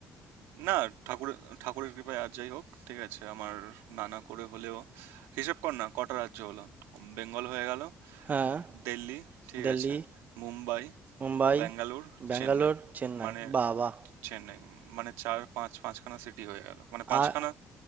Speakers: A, on the right; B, on the right.
A: না ঠাকুরের ঠাকুরের কৃপায় আর যাই হোক ঠিক আছে আমার নানা করে হলেও হিসেব কর না কটা রাজ্য হলো বেঙ্গল হয়ে গেল
B: হ্যাঁ
A: দিল্লি ঠিক
B: দিল্লি
A: আছে মুম্বাই
B: মুম্বাই
A: ব্যাঙ্গালোর
B: ব্যাঙ্গালোর
A: চেন্নাই
B: চেন্নাই
A: মানে
B: বাহ বাহ
A: চেন্নাই মানে চার পাঁচ পাঁচখানা সিটি হয়ে গেল মানে পাঁচখানা
B: আর